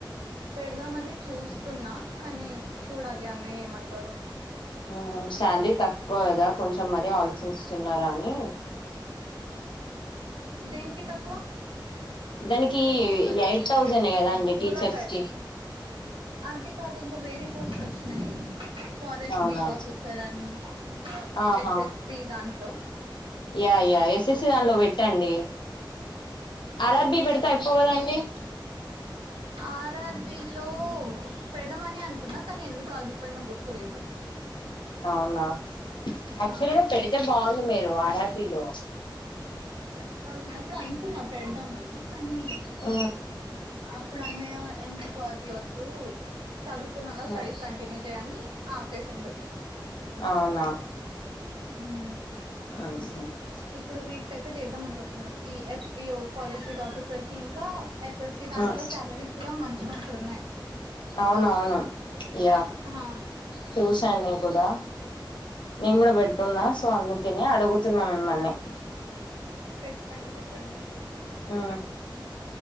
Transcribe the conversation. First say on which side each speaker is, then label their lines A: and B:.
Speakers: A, on the right; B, on the left.
A: పెడదామని చూస్తున్నా కానీ చూడాలి అన్నయ్య ఏమంటాడో
B: ఆ శాలరీ తక్కువ కదా కొంచం మరి ఆలోచిస్తున్నారా అని
A: దేనికి తక్కువ
B: దానికి
A: కూలర్ వైర్
B: ఎయిట్ థౌజండ్
A: ఆ
B: కదా అండి
A: కూలర్
B: టీచర్స్
A: వైర్
B: కి
A: అంతే కాదు ఇంకా వేరే పోస్ట్ లు వచ్చినాయి ఫారెస్ట్
B: అవునా
A: బీట్ ఆఫీసర్ అని ఇంకా
B: ఆహా
A: ఎస్ఎస్సి దాంట్లో
B: యా ఎస్ఎస్సి దానిలో పెట్టండి అరబ్బీ పెడితే అయిపోవు కదండీ
A: అ ఆర్ఆర్బిలో పెడదామని అనుకున్నా కానీ ఎందుకు ఆగిపోయినో గుర్తులేదు
B: అవునా యాక్చువల్
A: ఆ
B: గా పెడితే బాగుండు మీరు ఆర్ ఆర్ బీలో
A: పెట్టాల్సినప్పుడు అనుకున్నా పెడదామని కానీ
B: ఆ
A: అప్పుడు అన్నయ ఎందుకు అది వద్దు చదువుతున్నవ్ కా స్టడీస్
B: ఉమ్,
A: కంటిన్యూ చేయ్యని ఆపేసిండు
B: అవునా
A: ఉహు
B: <unintelligible>
A: ఇప్పుడు వీటికయితే చేద్దాం అనుకుంటున్నాను ఈ ఎఫ్బిఓ ఫారెస్ట్ బీట్ ఆఫీసర్ కి ఇంకా ఎస్ఎస్సి దాంట్లో
B: ఉమ్,
A: సాలరీస్ కూడా మంచి మంచి ఉన్నాయి
B: అవునవును ఇగ
A: ఆ
B: చూసాను నీ కూడా నేను కూడా పెడుతున్నా సో అందుకేనే అడుగుతున్నా మిమ్మల్ని
A: పెట్టండి పెట్టండి
B: ఆ